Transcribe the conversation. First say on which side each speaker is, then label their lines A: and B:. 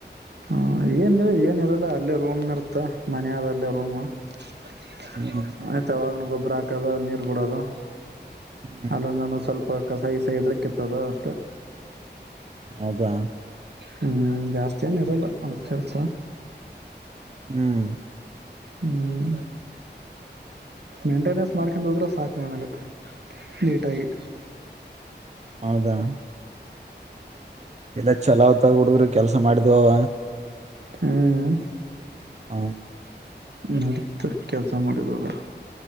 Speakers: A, on the right; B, on the right.
A: ಹ ಏನ್ಿ ಏನಿರಲ್ಲ ಅಲ್ಲೇ ರೂಮ್ ಇರ್ತ ಮನ ಆದ ಅಲ್ಲೇ ರೂಮ್ ಅ
B: ಹ್ಮ್
A: ತವಾಕನು ಗೊಬ್ ಬ್್ರ ಹಾಕದ ನೀರ್ ಬಿಡೋದು
B: ಹ್ಮ್
A: ಅಲ್ಲ ನಾನ ಸ್ವಲ್ಪ ಕಸಾಯ ಸಯದ್ರ ಕೆಿತ್ತದ ಅಷ್ಟೇ
B: ಹೌದಾ
A: ಹ್ಮ್ ಜಾಸ್ತಿನರಲ್ಲ ಅಲ್ಲಿ ಕೆಲ್ಸ
B: ಹ್ಮ್
A: ಹ್ಮ್ ಮೇಂಟೆನೆನ್ಸ್ ಮಾಡ್ಕಂಡು ಹೋದ್ರೆ ಸಾಕ ನ ನನಗೆ ನೀಟಾಗಿಿ
B: ಆೌದಾ ಇಲ್ಲ ಚಲಾವ್ ತ ಹುಡುಗ್ರ ಕೆಲಸ ಮಾಡಿದ ಅವ
A: ಹ್ಮ
B: ಹೌ
A: ನಡತ್ ಕೆಲ್ಸ ಮಾಡಿದಲ್ಲ